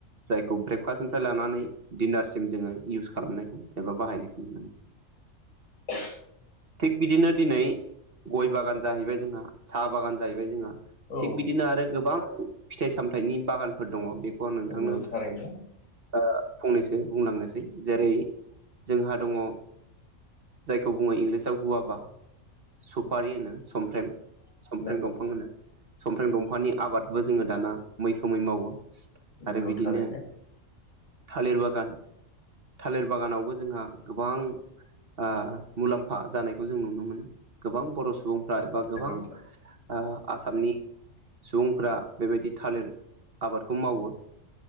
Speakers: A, on the right (about 50°); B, on the left (about 85°).
A: जायखौ ब्रेकफास्टनिफ्राय लानानै दिडिनारसिम जोङो इउस खालामनायखौ एबा बाहायनायखौ
B: <inaudible>
A: थिग बिदिनो दिनै गय बागान जाहैबाय जोंहा साहा बागान जाहैबाय जोंहा
B: औ
A: थिग बिदिनो आरो गोबां फिथाइ सामथाइनि बागानफोर दङ बे खौ आं नोंथांनो
B: नंगौ थारैनो
A: ओ फंनैसो बुंलांनोसै जेरै जोंहा दङ जायखौ बुङो इंलिसाव गुवाफा सुफारि होनो समफ्रेम। समफ्रेम
B: नंगौ
A: दंफां होनो समफ्रें दंफांनि आबादबो जोङो दाना मैखोमै मावो।
B: नंगौ
A: आरो बिदिनो
B: थारैनो
A: थालिर बागान थालिर बागानावबो जोंहा गोबां ओ मुलाम्फा जानायखौ जों नुनो मोनो गोबां बर' सुबुंफ्रा एबा गोबां
B: नंगौ
A: ओ आसामनि सुबुंफ्रा बेबायदि थालिर आबादखौ मावो।